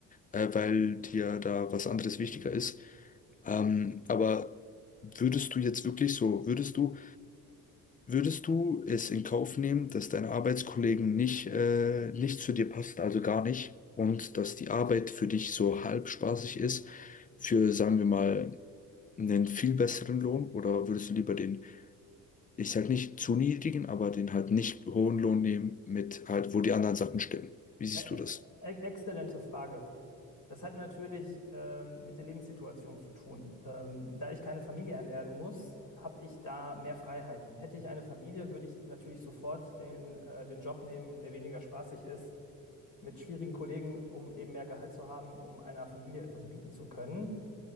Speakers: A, on the left; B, on the left.
A: äh, weil dir da was anderes wichtiger ist. Ähm, aber würdest du jetzt wirklich so, würdest du, würdest du es in Kauf nehmen, dass deine Arbeitskollegen nicht, äh, nicht zu dir passen, also gar nicht, und dass die Arbeit für dich so halb spaßig ist, für, sagen wir mal, einen viel besseren Lohn? Oder würdest du lieber den ich sag nicht zu niedrigen, aber den halt nicht hohen Lohn nehmen mit halt, wo die anderen Sachen stimmen. Wie siehst
B: Ä-
A: du das?
B: Ä- exzellente Frage. Das hat natürlich ähm, mit der Lebenssituation zu tun. Ähm, da ich keine Familie ernähren muss, habe ich da mehr Freiheiten. Hätte ich eine Familie, würde ich natürlich sofort den, äh, den Job nehmen, der weniger spaßig ist, mit schwierigen Kollegen, um eben mehr Gehalt zu haben, um einer Familie etwas bieten zu können.